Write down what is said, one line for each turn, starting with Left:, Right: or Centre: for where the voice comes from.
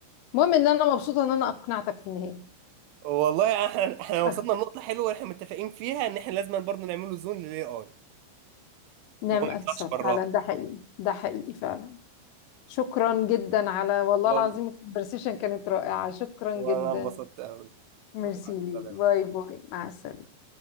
Left: المهم ان انا مبسوطه ان انا اقنعتك في النهايه
Right: والله احنا احنا
Left: <laughs>
Right: وصلنا لنقطه حلوه احنا متفقين فيها ان احنا لازم برضه نعمله زون للاي اي
Left: نعم
Right: ان هو ما
Left: السبب
Right: يطلعش براها
Left: فعلا ده حقيقي ده حقيقي فعلا شكرا جدا على والله
Right: والله
Left: العظيم الكونفرسيشن كانت رائعة شكرا
Right: وانا
Left: جدا
Right: انبسطت قوي
Left: ميرسي
Right: مع
Left: ليك
Right: السلامه
Left: باي باي مع السلامة